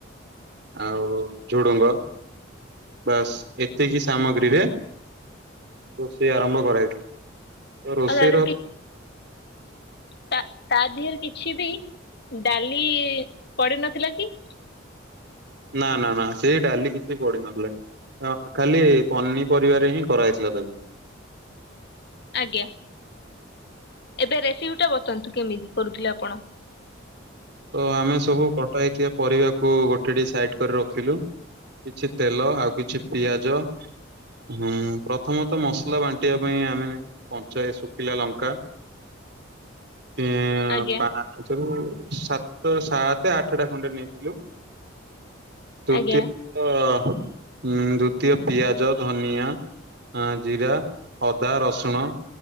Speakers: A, on the right; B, on the left.
A: ଆଉ ଝୁଡୁଙ୍ଗ, ବାସ୍ ଏତିକି ସାମଗ୍ରୀରେ ସେ ଆରମ୍ଭ କରା ହେଇଥିଲା। ରୋଷେଇର
B: ଆଉ ତା ଦେହରେ କି ତା ତା ଦେହରେ କିଛି ବି ଡାଲି ପଡିିନଥିଲା କି?
A: ନା ନା ନା ସେଇ ଡାଲି କିଛି ପଡିିନଥିଲା। ହଁ ଖାଲି ପନିପରିବାରେ ହିଁ କରାହେଇଥିଲା ତାକୁ
B: ଆଜ୍ଞା। ଏବେ ରେସିପି ଟା ବତାନ୍ତୁ କେମିତି କରୁଥିଲେ ଆପଣ।
A: ତ ଆମେ ସବୁ କଟା ହେଇଥିବା ପରିବାକୁ ଗୋଟେ ଡିସ୍‌ ସାଇଡ କରି ରଖିଲୁ କିଛି ତେଲ ଆଉ କିଛି ପିଆଜ ହୁଁ ପ୍ରଥମ ତ ମସଲା ବାଣ୍ଟିବା ପାଇଁ ଆମେ କଞ୍ଚାଏ ଶୁଖିଲା ଲଙ୍କା ଏଁ
B: ଆଜ୍ଞା
A: ପା ସାତ <unintelligible> ତୋ ସାତ ଆଠଟା ଖଣ୍ଡେ ନେଇଥିଲୁ ତୁ
B: ଆଜ୍ଞା
A: ତ ଉଁ ଦ୍ଵିତୀୟ ପିଆଜ ଧନିଆ ହଁ ଜିରା ଅଦା ରସୁଣ